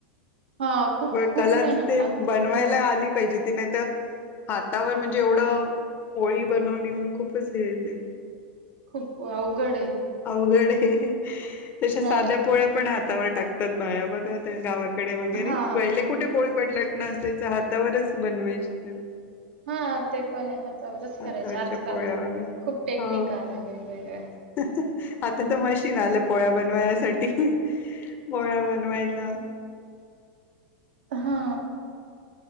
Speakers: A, on the right; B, on the left.
A: हां. खूप
B: पण
A: खूप
B: कलाच
A: मेहनत
B: ते
A: लागते
B: बनवायला
A: खूप.
B: आली पाहिजेते नाही तर हातावर म्हणजे एवढ पोळी बनवणे खूप येते
A: खूप अवघड आहे
B: अवघड आहे, तस
A: हां.
B: साध्या पोळ्या पण हातावर टाकतात बाया बघा गावात कडे वगैरे
A: हां.
B: पहिले कुठे पोळी पोळपाट लाटणं असायच हातावरच बनवायचे
A: हा ते पण आहे हातावरच
B: हातावरच्या
A: करायचे आजकाल
B: पोळ्या वगैरे
A: खूप टेक्निक
B: हा
A: आलंय वेगवेगळ
B: आता तर मशीन आलं पोळ्या बनवण्यासाठी पोळ्या बनवयला
A: हा.